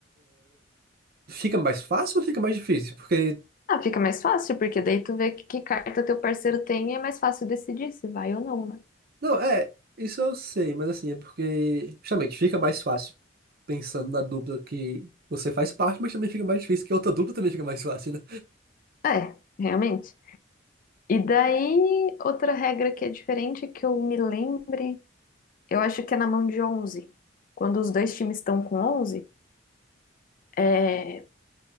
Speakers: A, on the right; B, on the left.
A: fica mais fácil ou fica mais difícil? Porque.
B: Ah, fica mais fácil, porque daí tu vê que, que carta teu parceiro tem e é mais fácil decidir se vai ou não, né?
A: Não, é, isso eu sei, mas assim, é porque justamente fica mais fácil pensando na dupla que você faz parte, mas também fica mais difícil que a outra dupla também fica mais fácil, né?
B: É, realmente. E daí, outra regra que é diferente, que eu me lembre, eu acho que é na mão de onze Quando os dois times estão com onze É,